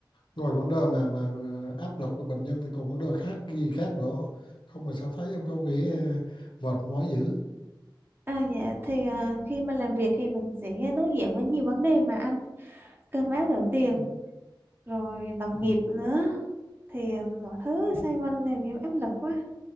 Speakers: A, on the left; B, on the right.
A: Ngoài vấn đề mà, mà mà áp lực của bệnh nhân thì còn vấn đề khác gì khác nữa không mà sao thấy em có vẻ ờ, mệt mỏi dữ
B: à dạ thì à, khi mình làm việc thì mình sẽ đối diện với nhiều vấn đề mà anh cơm áo gạo tiền
A: ừ.
B: rồi đồng
A: Ừ.
B: nghiệp nữa thì à, mọi thứ xoay quanh làm em áp lực quá